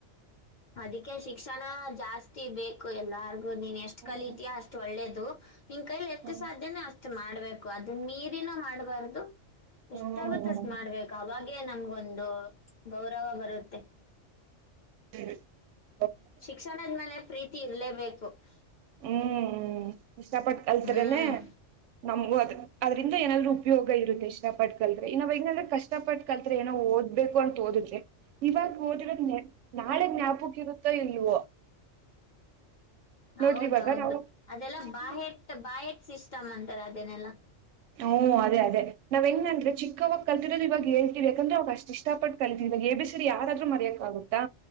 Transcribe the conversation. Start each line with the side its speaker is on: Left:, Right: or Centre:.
Left: ಅದಕ್ಕೆ ಶಿಕ್ಷಣ ಜಾಸ್ತಿ ಬೇಕು ಎಲ್ಲಾರ್ಗು ನೀನ್ ಎಷ್ಟ್
Right: ಹ್ಮ್
Left: ಕಲಿತೀಯಾ ಅಷ್ಟು ಒಳ್ಳೇದು ನಿನ್ ಕೈಲಿ ಎಷ್ಟ
Right: ಹ್ಮ್
Left: ಸಾಧ್ಯನ ಷ್ಟ ಮಾಡ್ಬೇಕು ಅದನ್ನ ಅದನ್ನ ಮೀರಿನು ಮಾಡ್ಬಾರ್ದು
Right: ಹ್ಮ್
Left: ಇಷ್ಟಾಗುತ್ತಸ್ ಮಾಡ್ಬೇಕಾಗ ನಮ್ಗೊಂದು ಗೌರವ ಬರುತ್ತೆ
Right: ಹ್ಮ
Left: ಶಿಕ್ಷಣದ್ಮೇಲೆ ಪ್ರೀತಿ ಇರ್ಲೇಬೇಕು ಸ
Right: ಹ್ಮ್ ಹ್ಮ ಇಷ್ಟಪಟ್ಟು ಕಲ್ತರೇನೆ
Left: ಹ್ಮ್
Right: ನಮಗ ಅದ ಅದ್ರಿಂದ ಏನಾದ್ರು ಉಪಯೋಗ ಇರುತ್ತೆ ಇಷ್ಟ ಪಟ್ಟ ಕಲ್ತ್ೆ ಇನ್ನಾವ್ ಹೆಂಗಾದ್ರೆ ಕಷ್ಟ ಪಟ್ಟ ಕಲ್ತ್ ಏನೋ ಓದ್ಬೇಕು ಅಂತ ಓದಿದ್ರೆ ಇವಾಗ ಓದರದ ನಾಳೆಗ್ ಜ್ಞಾಪಕ ಇರುತ್ತೋ ಇಲ್ವೋ
Left: ಹೌದೌದು
Right: ನೋಡ್ರಿ ಇವಾಗ ನಾವು
Left: ಅದೆಲ್ಲಾ
Right: ಚಿಕ್
Left: ಬಾ
Right: ಮ
Left: ಎ ಬಾ ಎಟ್ ಇಷ್ಟ ಅಂತಾರೆ ಅದೇನೆಲ್ಲಾ
Right: ನಾವು ಅದೇ ಅದೇ ನಾವ್ ಹೆಂಗ್ ಅಂದ್ರೆ ಚಿಕ್ಕವಾಗ ಕಲ್ತಿರೋದು ಇವಾಗ ಹೇಳ್ತೀವಿ ಯಾಕಂದ್ರೆ ಅವಾಗ ಅಷ್ಟ್ ಇಷ್ಟ ಪಟ್ಟ ಕಲ್ತೀವಿ ಇವಾಗ ಎ ಬೇಸರಿ ಯಾರಾದರೂ ಮರಿಯಕ್ ಆಗುತ್ತಾ